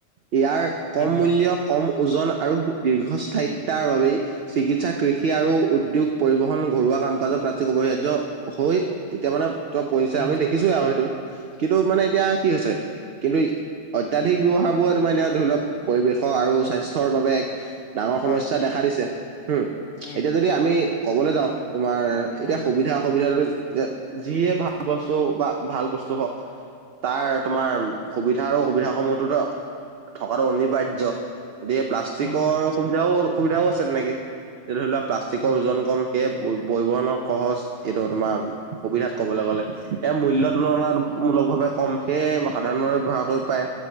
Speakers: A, on the right; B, on the left.
A: ইয়াৰ কম
B: উম
A: মূল্য, কম ওজন আৰু দীৰ্ঘস্থায়িত্বাৰ বাবেই চিকিৎ সা কৃষি আৰু উদ্যোগ পৰিবহন ঘৰুৱা কাম কাজৰ প্ৰাচিক অপৰিহাৰ্য হৈ এতিয়া মানে ত পৰিছে।
B: উম
A: আমি দেখিছোয়ে আৰু সেইটো কিন্তু মানে এতিয়া কি হৈছে কিন্তু অত্যাধিক ব্যৱহাৰ বোৰ তোমাৰ এতিয়া ধৰি লওক পৰিৱেশৰ আৰু স্বাস্থ্যৰ বাবে এক ডাঙৰ সমস্যা
B: হয়
A: দেখা দিছে। হম,
B: উম
A: এতিয়া যদি আমি কবলৈ যাওঁ তোমাৰ এতিয়া
B: উম
A: সুবিধা অসুবিধাটো যিয়ে ভাল বস্তু বা ভাল বস্তু হওক তাৰ তোমাৰ সুবিধা আৰু অসুবিধা সমূহতো থকাটো অনিবাৰ্য। গতিকে প্লাষ্টিকৰ
B: হয়
A: সুবিধাও অসুবিধাও আছে তেনেকে, এতিয়া ধৰি লোৱা প্লাষ্টিকৰ
B: উম
A: ওজন কম৷ এ পৰিবহনৰ সহজ এইটো তোমাৰ সুবিধাত কবলৈ গলে। ইয়াৰ মূল্য তুলনামূলক ভাৱে কম, সেয়ে সাধাৰণ ব্যৱহাৰ কৰি পায়।